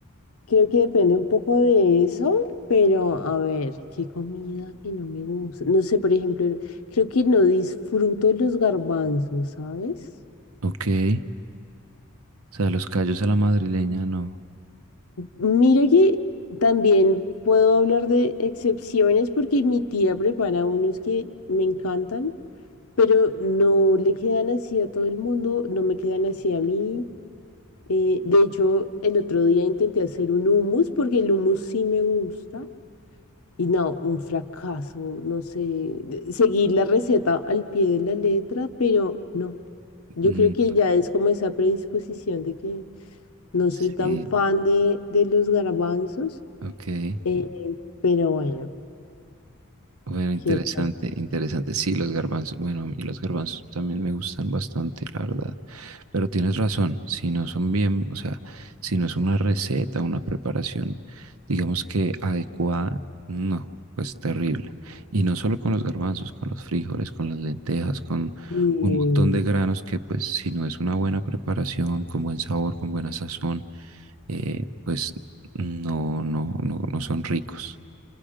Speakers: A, on the left; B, on the right.
A: creo que depende un poco de eso, pero a ver, qué comida que no me gusta. No sé, por ejemplo, creo que no disfruto los garbanzos, ¿sabes?
B: Ok, o sea, los callos a la madrileña, no.
A: Mira que también puedo hablar de excepciones porque mi tía prepara unos que me encantan, pero no le quedan así a todo el mundo, no me quedan así a mí. Eh, de hecho, el otro día intenté hacer un hummus porque el hummus sí me gusta, y no, un fracaso, no sé, seguir la receta al pie de la letra, pero no. Yo
B: Mm,
A: creo que ya es como esa predisposición de que no
B: sí,
A: soy tan fan de, de los garbanzos,
B: ok.
A: eh, pero bueno,
B: Bueno, interesante,
A: ¿qué otra cosa?
B: interesante. Sí, los garbanzos, bueno, a mí los garbanzos también me gustan bastante, la verdad. Pero tienes razón, si no son bien, o sea, si no es una receta, una preparación, digamos que adecuada, no, pues terrible. Y no solo con los garbanzos, con los frijoles, con las lentejas, con
A: Eh,
B: un montón de granos que pues si no es una buena preparación, con buen sabor, con buena sazón, eh, pues no, no, no, no son ricos.